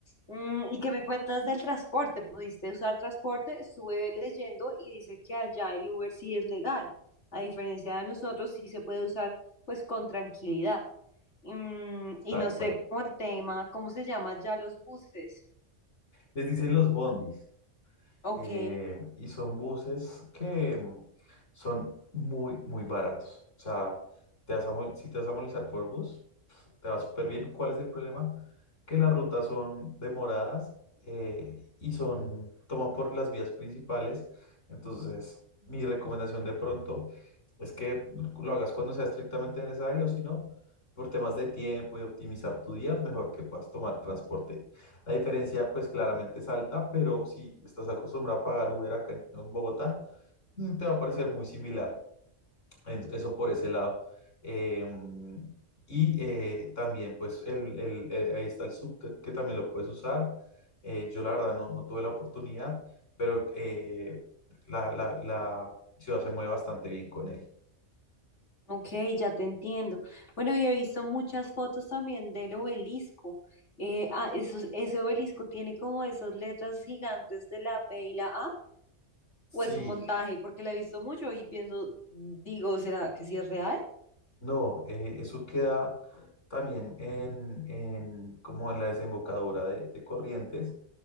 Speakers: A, on the left (about 70°); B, on the left (about 85°).
A: Mm, ¿y qué me cuentas del transporte? ¿Pudiste usar transporte? Estuve leyendo y dice que allá el Uber sí es legal. A diferencia de nosotros, sí se puede usar pues con tranquilidad. Mm, y
B: tal
A: no sé
B: cual.
A: cómo el tema, ¿cómo se llama ya los buses?
B: Les dicen los bondis.
A: Ok.
B: eh, y son buses que mm, son muy, muy baratos. O sea, te vas a mo- si te vas a movilizar por bus, pues, te va súper bien. ¿Cuál es el problema? Que las rutas son demoradas eh, y son, toman por las vías principales. Entonces, mi recomendación de pronto es que lo hagas cuando sea estrictamente necesario, si no, por temas de tiempo y optimizar tu día, mejor que puedas tomar transporte la diferencia, pues claramente es alta, pero si estás acostumbrado a pagar Uber acá en, en Bogotá, mm, te va a parecer muy similar. En- Eso por ese lado. Em, y eh, también, pues, el, el- eh, ahí está el subte, que también lo puedes usar. Eh, yo la verdad no, no tuve la oportunidad, pero eh, la, la- la ciudad se mueve bastante bien con él.
A: Ok, ya te entiendo. Bueno, yo he visto muchas fotos también del obelisco. Eh, ah, esos- ese obelisco tiene como esas letras gigantes de la B y la A,
B: Sí,
A: o es un montaje, porque la he visto mucho y pienso, digo, ¿será que sí es real?
B: no, eh, eso queda también en, en- como en la desembocadura de de Corrientes